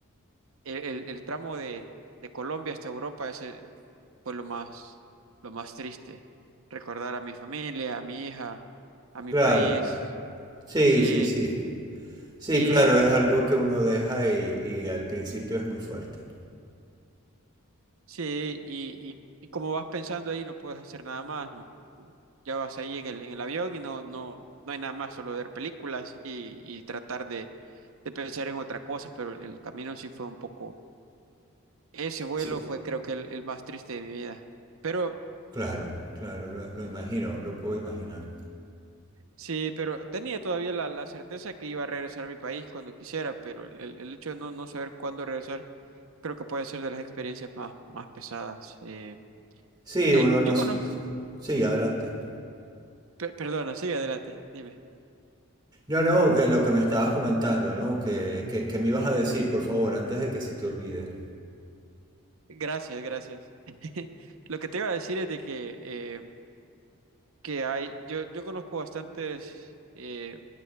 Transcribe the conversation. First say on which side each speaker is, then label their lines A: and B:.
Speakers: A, on the right; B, on the right.
A: el, el- el tramo de, de Colombia hasta Europa, ese fue lo más, lo más triste. Recordar a mi familia, a mi hija, a mi
B: Claro,
A: país,
B: sí,
A: sí.
B: sí, sí. Sí,
A: y
B: claro, es algo que uno deja y, y al principio es muy fuerte.
A: Sí, y, y, y como vas pensando ahí, no puedes hacer nada más, ¿no? Ya vas ahí en el, en el avión y no, no, no hay nada más, solo ver películas y, y tratar de, de pensar en otra cosa, pero el, el camino sí fue un poco... Ese vuelo
B: Sí,
A: fue creo que el, el más triste de mi vida. Pero
B: claro, claro, lo, lo imagino, lo puedo imaginar.
A: sí, pero tenía todavía la, la certeza que iba a regresar a mi país cuando quisiera, pero el, el- el hecho de no, no saber cuándo regresar creo que puede ser de las experiencias más, más pesadas. eh.
B: Sí,
A: Eh,
B: uno
A: yo
B: no...
A: conozco...
B: s- Sí, adelante.
A: Perdona, sigue adelante, dime.
B: No, no, que lo que me estabas comentando, ¿no? Que, que, que me ibas a decir, por favor, antes de que se te olvide.
A: Gracias, gracias. <laughs> Lo que te iba a decir es de que, eh, que hay, yo, yo conozco bastantes eh,